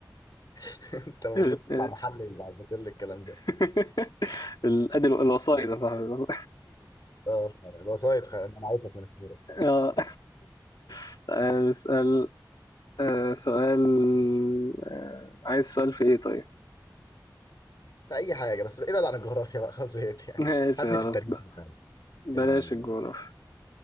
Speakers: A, on the left; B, on the left.
A: <laughs> انت المفروض
B: <laughs>
A: تطلع محلل بعد كل الكلام ده
B: <laughs> الأدل الوسائط يا صاحبي
A: اه فعلا. الوسايط خ... انا عارفك من الكورة
B: آه. <laughs> اسأل آه، سؤال آه، عايز سؤال في إيه طيب؟
A: في اي حاجة بس ابعد عن الجغرافيا بقى خلاص زهقت
B: <laughs>
A: يعني
B: ماشي
A: هاتني
B: خلاص
A: في التاريخ
B: بقى
A: مثلا
B: بلاش
A: في ال...
B: الجغرافيا